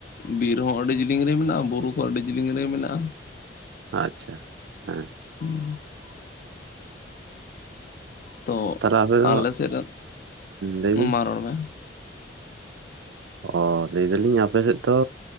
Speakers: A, on the left; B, on the right.
A: ᱵᱤᱨ ᱦᱚᱸ ᱟᱹᱰᱤ ᱡᱤᱞᱤᱧ ᱨᱮ ᱢᱮᱱᱟᱜ-ᱟ ᱵᱩᱨᱩ ᱠᱚ ᱟᱹᱰᱤ ᱡᱤᱞᱤᱝ ᱨᱮ ᱢᱮᱱᱟᱜ-ᱟ᱾
B: ᱟᱪᱪᱷᱟ ᱦᱮᱸ
A: <unintelligible> ᱛᱚ
B: ᱛᱟᱦᱞᱮ ᱟᱯᱮ ᱫᱚ
A: ᱟᱞᱮ ᱥᱮᱫ ᱨᱮᱱ
B: ᱞᱟᱹᱭ ᱵᱤᱱ
A: ᱢᱟ ᱨᱚᱲ ᱢᱮ
B: ᱚ ᱞᱟᱹᱭ ᱫᱟᱞᱤᱧ ᱟᱯᱮ ᱥᱮᱫ ᱫᱚ